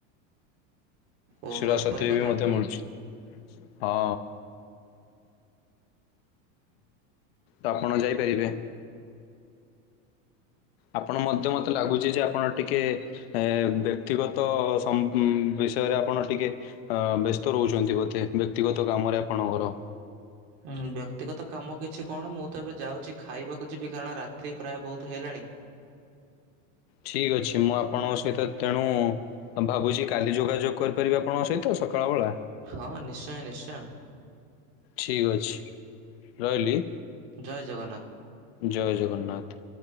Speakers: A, on the right; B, on the left.
A: ଓହୋ
B: <unintelligible>
A: ଏପରି
B: ବି
A: କଥା
B: ମଧ୍ୟ
A: କି?
B: ମିଳୁଛି ହଁ। ତ ଆପଣ ଯାଇପାରିବେ। ଆପଣ ମଧ୍ୟ ମତେ ଲାଗୁଚି ଯେ ଆପଣ ଟିକିଏ। ଏଁ ବ୍ୟକ୍ତିଗତ ସମ୍ ବିଷୟରେ ଆପଣ ଟିକେ ଅଁ ବେସ୍ତ ରୋହୁଚନ୍ତି ବୋଧେ ବ୍ୟକ୍ତିଗତ କାମରେ ଆପଣଙ୍କର।
A: ଉଁ ବ୍ୟକ୍ତିଗତ କାମ କିଛି କଣ ମୁଁ ତ ଏବେ ଯାଉଛି ଖାଇବାକୁ ଯିବି, କାରଣ ରାତ୍ରି ପ୍ରାୟ ବହୁତ ହେଲାଣି।
B: ଠିକ୍ ଅଛି ମୁଁ ଆପଣଙ୍କ ସହିତ ତେଣୁ ଭାବୁଚି କାଲି ଯୋଗାଯୋଗ କରିପାରିବି ଆପଣଙ୍କ ସହିତ ସକାଳ ବଳା।
A: ହଁ ନିଶ୍ଚୟ ନିଶ୍ଚୟ।
B: ଠିକ ଅଛି ରହିଲି।
A: ଜୟ ଜଗନ୍ନାଥ।
B: ଜୟ ଜଗନ୍ନାଥ।